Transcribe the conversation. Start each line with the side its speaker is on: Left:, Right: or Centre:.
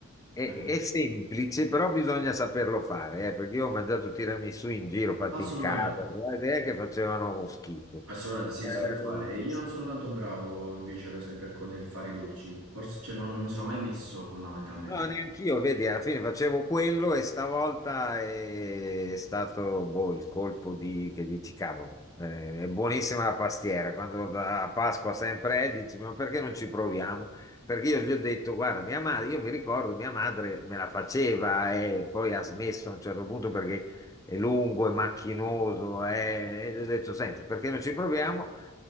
Left: è,
Right: veramente.
Left: è semplice, però bisogna saperlo fare, eh, perché io ho mangiato tiramisù in giro, fatti
Right: Assolutamente,
Left: in casa, però è che facevano schifo.
Right: assolutamente sì,
Left: Eh,
Right: saper fare. E io non sono tanto bravo invece, per esempio, con il fare i dolci. Forse, cioè, non, non mi sono mai messo fondamentalmente.
Left: No, neanch'io, vedi, alla fine facevo quello e stavolta è stato boh, il colpo di, che dici, cavolo, eh, è buonissima la pastiera, quando a Pasqua sempre è, dici, ma perché non ci proviamo? Perché io gli ho detto, guarda, mia madre, io mi ricordo, mia madre me la faceva e poi ha smesso a un certo punto perché è lungo, è macchinoso, eh, e gli ho detto, senti, perché non ci proviamo?